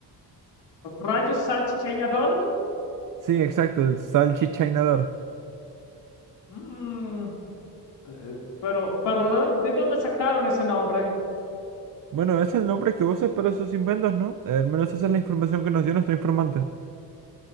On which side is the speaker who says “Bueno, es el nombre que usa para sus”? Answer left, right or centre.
Right